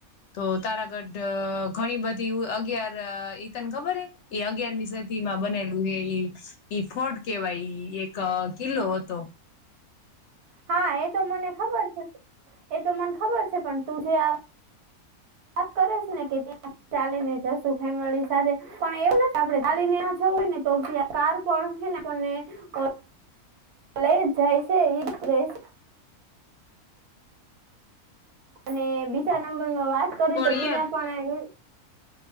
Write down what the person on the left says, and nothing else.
તો તારાગઢ ઘણી બધી અગિયાર ઈ તન ખબર હે એ અગિયારમી સદી માં બનેલું એ ઈ ઈ ફોર્ટ કેવાય એક કિલ્લો હતો.
પણ
યાર